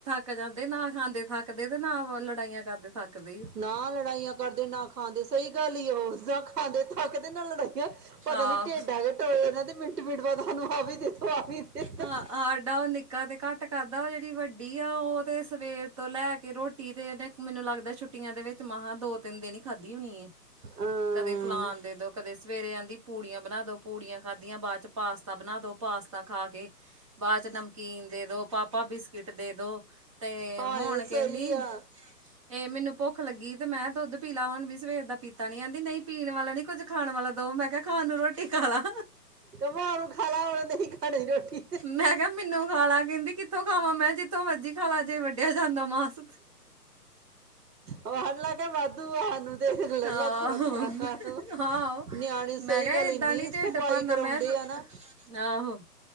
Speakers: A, on the right; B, on the right.
A: ਕੇ ਜਾਂਦੇ ਨਾ ਖਾਂਦੇ ਥੱਕਦੇ ਤੇ ਨਾ ਲੜਾਈਆਂ ਕਰਦੇ ਥੱਕ ਗਈ।
B: ਨਾ ਲੜਾਈਆਂ ਕਰਦੇ ਨਾ ਖਾਂਦੇ ਸਹੀ ਗੱਲ ਹੀ ਉਹ ਨਾ ਖਾਂਦੇ ਥੱਕਦੇ, ਨਾ ਲੜਾਈਆਂ। ਪਤਾ
A: ਆਹ
B: ਨੀ ਢੇਡ ਆ ਕੇ ਟੋਏ ਨਾ ਤੇ ਮਿੰਟ- ਮਿੰਟ ਬਾਦ ਸਾਹਾਨੂੰ ਆ ਵੀ ਦੇਦੋਂ ਆ। ਦੇ ਦੋ
A: ਹਾਂ ਸਾਡਾ ਉਹ ਨਿੱਕਾ ਤੇ ਘੱਟ ਕਰਦਾ ਉਹ ਜਿਹੜੀ ਵੱਡੀ ਆ ਉਹ ਤੇ ਸਵੇਰ ਤੋਂ ਲੈ ਕੇ ਕਿ ਰੋਟੀ ਦੇ ਦੇ, ਤੇ ਮੈਨੂੰ ਲੱਗਦਾ ਛੁੱਟੀਆਂ ਦੇ ਵਿੱਚ ਮ ਦੋ -ਤਿੰਨ ਦਿਨ ਹੀ ਖਾਧੀ ਹੋਣੀ ਐ।
B: ਅਹ
A: ਕਦੇ ਫਲਾਨ ਦੇ ਦੋ ਕਦੇ ਸਵੇਰੇ ਆਂਦੀ ਪੂੜੀਆਂ ਬਣਾ ਦੋ। ਪੂੜੀਆਂ ਖਾਧੀਆਂ, ਬਾਅਦ ਚ ਪਾਸਤਾ ਬਣਾ ਦੋ, ਪਾਸਤਾ ਖਾ ਕੇ। ਬਾਅਦ ਚ ਨਮਕੀਨ ਦੇ ਦੋ, ਪਾਪਾ ਬਿਸਕਿਟ ਦੇ ਦੋ। ਤੇ
B: ਹਾਏ
A: ਹੁਣ ਕਹਿੰਦੀ
B: ਸਹੀ ਆ
A: ਇਹ ਮੈਨੂੰ ਭੁੱਖ ਲੱਗੀ ਤੇ ਮੈਂ ਦੁੱਧ ਪੀਲਾ ਹੁਣ ਵੀ ਸਵੇਰ ਦਾ ਪੀਤਾ ਨੀ ਕਹਿੰਦੀ ਨਹੀਂ ਪੀਣ ਵਾਲਾ ਨੀ ਕੁੱਝ ਖਾਣ ਵਾਲਾ ਦੋ, ਮੈਂ ਕਿਹਾ ਖਾਣ ਨੂੰ ਰੋਟੀ ਖਾ ਲਾ।
B: ਮਾਂ ਉਹਨੂੰ ਖਾ ਲਾ ਉਹ ਕੈਹ ਨੀ ਖਾਣੀ ਰੋਟੀ।
A: ਮੈਂ ਕਿਹਾ ਮੈਨੂੰ ਖਾ ਲਾ ਕਹਿੰਦੀ ਕਿੱਥੋਂ ਖਾਵਾਂ ਮੈਂ ਜਿੱਥੋਂ ਮਰਜੀ ਖਾ ਲਾ ਜੇ ਵੱਢਿਆ ਜਾਂਦਾ ਮਾਸ।
B: ਆਹਣ ਲੈ ਕੇ ਵਾਧੂ ਐ ਫੇ ਲੈ
A: ਆਹੋ
B: ਲੈ ਥੋੜਾ- ਥੋੜਾ ਤੂੰ।
A: ਆਹੋ
B: ਨਿਆਣੇ ਸਹੀ
A: ਮੈਂ ਕਿਹਾ
B: ਗੱਲ
A: ਏਦਾਂ
B: ਇੰਨੀ
A: ਨੀ ਢਿੱਡ
B: ਖਪਾਈ
A: ਭਰਨਾ
B: ਕਰਾਉਂਦੇ
A: ਮੈਂ
B: ਆ ਨਾ।
A: ਆਹੋ।